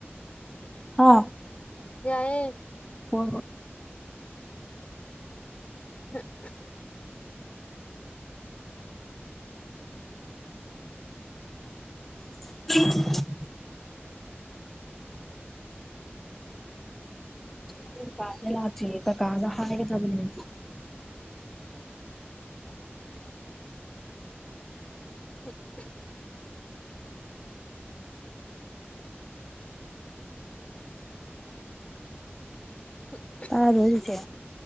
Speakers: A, in the centre; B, on the left.
A: ꯍ
B: ꯌꯥꯏꯌꯦ
A: ꯍꯣꯏ ꯍꯣꯏ
B: <unintelligible>
A: <unintelligible> ꯑꯈꯣꯏ ꯄꯥꯖꯦ ꯂꯛꯇꯦ ꯀꯀꯥꯒꯥ ꯍꯥꯏꯒꯗꯕꯅꯦ
B: ꯎꯝ ꯍꯥ ꯎꯝ ꯎ <unintelligible>
A: ꯇꯗ꯭ꯔꯣ ꯆꯤꯆꯦ